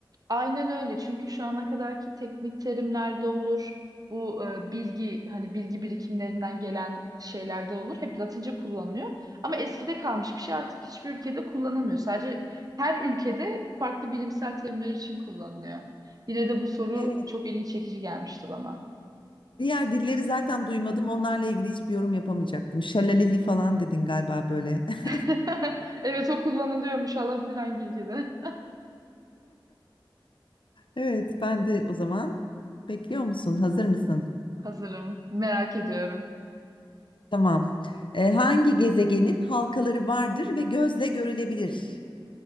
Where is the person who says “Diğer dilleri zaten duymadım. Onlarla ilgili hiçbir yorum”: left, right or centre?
Left